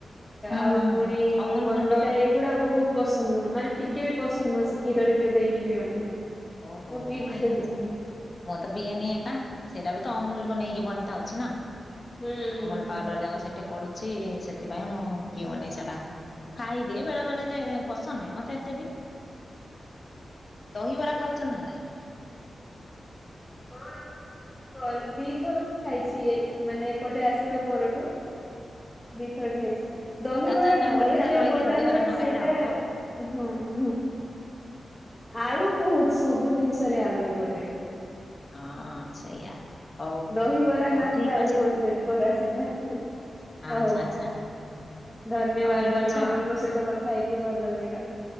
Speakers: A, on the left (about 45°); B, on the left (about 15°).
A: ହୁଁ
B: ଆଉ
A: ହୁଁ ହୁଁ
B: ପୁଣି
A: ଅମୁଲ
B: ବନବିତା
A: ଗୁଣ୍ଡ
B: ଏଇଗୁଡା ବହୁତ ପସନ୍ଦ ନୁହଁ ମାନେ ଟିକେ ବି ପସନ୍ଦ ନୁହଁ ସେ କ୍ଷୀରରେ ଯୋଉ ଦେଇକି ପିଅନ୍ତି।
A: ଓହୋ
B: ମୁଁ ପିଇ
A: ଆଚ୍ଛା
B: ପାରିବିନି।
A: ଆଚ୍ଛା। ମୁଁ ତ ବିଇନିଏ ଏକା ସେଇଟା ବି ତ ଅମୁଲକୁୁ ନେଇକି ବନେଇଥାଉଛି ନା।
B: ହୁଁ ହୁଁ
A: ଅମୁଲ
B: ହୁଁ।
A: ପାଉଡର ଯାକ ସେଠି ପଡୁଛି ସେଥିପାଇଁ ମୁ ପିଅନି ସେଟା। ଖାଇଦି ବେଳେ ବେଳ ଯେ ପସନ୍ଦ ନାହିଁ ମତେ ଏତେ ବି, ଦହିବରା ଖାଉଛନ୍ତି ନାଇଁ?
B: ହଁ ଦିଥର ମୁଁ ଖାଇଛି ଏଇ ମାନେ ଏପଟେ ଆସିବା ପରଠୁ। ଦୁଥର ଖାଇଛି ଦହିବରା
A: ଆଚ୍ଛା ଆଚ୍ଛା
B: ଘରେ
A: ଓଡିଶାରେ
B: ଯୋଉ
A: ରହିକି
B: ବନା
A: ଦହିବରା
B: ହୁଏ
A: ନ
B: ସେଇଟା
A: ଖାଇଲେ ହବ
B: ହଁ ହଁ ଆଳୁ ବହୁତ ସବୁ ଜିନିଷରେ ଆଳୁ ଏ ଗୋଟେ।
A: ହଁ ସେଇଆ। ହଉ
B: ଦହିିବରା
A: ହଉ
B: ନାଁ
A: ଠିକ
B: ରେ ଆଳୁ
A: ଅଛି
B: ବରା ସେଇଟା।
A: ଆ
B: ହଉ
A: ଆଛା ଆଚ୍ଛା।
B: ଧନ୍ୟବାଦ
A: ହଉ ଠିକ
B: ମ୍ୟାଡାମ
A: ଅଛି
B: ଆପଣଙ୍କ
A: ଆଉ
B: ସହିତ କଥା ହେଇକି ଭଲ ଲାଗିଲା।